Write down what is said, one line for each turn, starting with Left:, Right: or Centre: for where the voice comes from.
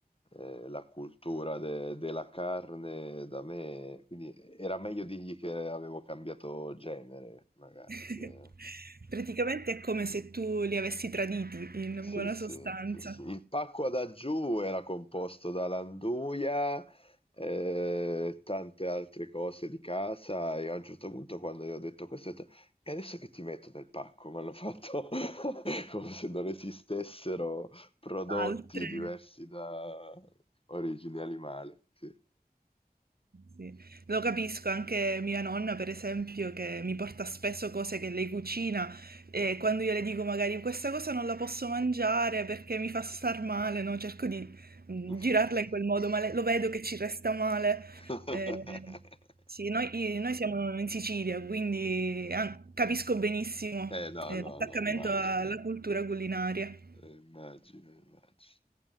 Left: eh, la cultura de- della carne da me. Quindi era meglio dirgli che avevo cambiato genere, magari.
Right: <laughs>
Left: Che...
Right: Praticamente è come se tu li avessi traditi in
Left: Sì,
Right: buona
Left: sì,
Right: sostanza.
Left: sì, sì. Il pacco ad aggiù era composto da Landuia, eh, tante altre cose di casa e a un certo punto quando gli ho detto questo, ho detto, e adesso che ti metto nel pacco? Mi hanno fatto <laughs> come se non esistessero prodotti
Right: Altre.
Left: diversi da origine animale. Sì.
Right: Sì. Lo capisco, anche mia nonna, per esempio, che mi porta spesso cose che lei cucina e quando io le dico magari questa cosa non la posso mangiare perché mi fa star male, no? Cerco di mm,
Left: <laughs>
Right: girarla in quel modo, ma le- lo vedo che ci resta male. Eh, sì, noi, noi siamo in Sicilia, quindi ah, capisco benissimo
Left: Eh no,
Right: eh,
Left: no,
Right: l'attaccamento
Left: no, immagino.
Right: alla cultura culinaria.
Left: Eh, immagino, immagino.